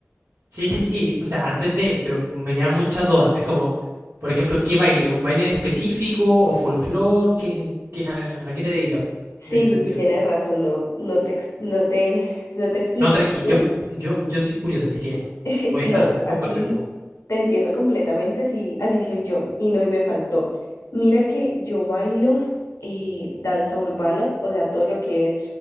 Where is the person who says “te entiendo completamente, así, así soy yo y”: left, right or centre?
Left